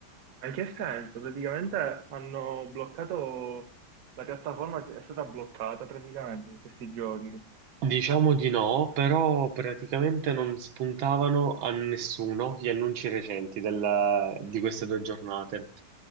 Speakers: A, on the right; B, on the right.
A: Ma in che senso? Praticamente hanno bloccato, la piattaforma è stata bloccata praticamente per questi giorni.
B: Diciamo di no, però praticamente non spuntavano a nessuno gli annunci recenti della- di queste due giornate.